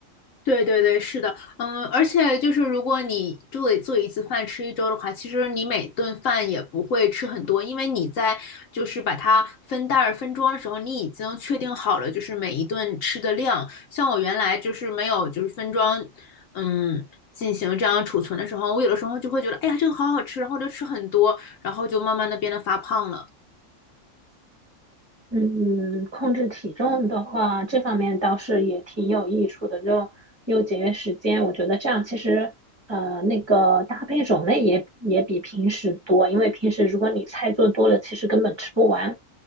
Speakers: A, on the left (about 75°); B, on the right (about 20°).
A: 对对对，是的，嗯，而且就是如果你做做一次饭吃一周的话，其实你每顿饭也不会吃很多，因为你在就是把它分袋儿分装的时候，你已经确定好了就是每一顿吃的量。像我原来就是没有就是分装，嗯，进行这样储存的时候，我有的时候就会觉得，哎呀，这个好好吃，然后就吃很多，然后就慢慢的变得发胖了。
B: 嗯，控制体重的话，这方面倒是也挺有益处的，就又节约时间。我觉得这样其实，呃，那个搭配种类也也比平时多，因为平时如果你菜做多了，其实根本吃不完。